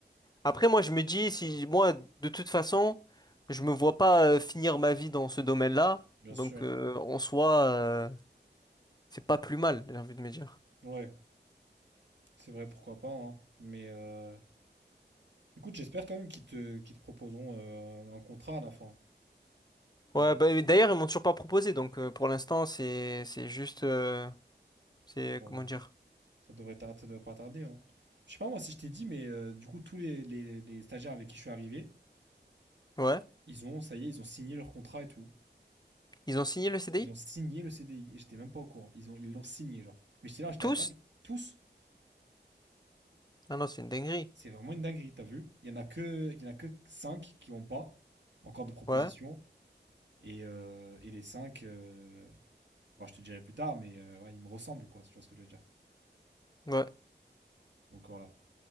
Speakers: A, on the left (about 20°); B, on the right (about 75°).
A: après, moi, je me dis, si moi, de toute façon, je me vois pas euh, finir ma vie dans ce domaine-là,
B: Bien
A: donc
B: sûr.
A: euh, en soi, euh, c'est pas plus mal, j'ai envie de me dire.
B: Ouais, c'est vrai, pourquoi pas, hein. Mais euh, écoute, j'espère quand même qu'ils te, qu'ils te proposeront euh, un contrat à la fin. En
A: Ouais,
B: vrai.
A: bah, et d'ailleurs, ils m'ont toujours pas proposé, donc euh, pour l'instant, c'est c'est juste, euh, c'est
B: Bon,
A: comment
B: euh,
A: dire?
B: ça devrait tar- ça devrait pas tarder, hein. Je sais pas moi si je t'ai dit, mais euh, du coup, tous les, les- les stagiaires avec qui je suis arrivé,
A: Ouais,
B: ils ont, ça y est, ils ont signé leur contrat et tout.
A: ils ont signé le CDI?
B: Ils ont signé le CDI et j'étais même pas au courant. Ils ont, ils l'ont signé, genre. Mais j'étais là, j'étais
A: Tous?
B: à table. Tous,
A: Ah non, c'est une dinguerie.
B: c'est vraiment une dinguerie, t'as vu? Il y en a que, il y en a que 5 qui ont pas encore de proposition
A: Ouais.
B: et, euh, et les 5. euh, Bon, je te dirai plus tard, mais euh, ouais, ils me ressemblent, quoi, si tu vois ce que je veux dire.
A: Ouais,
B: Donc voilà.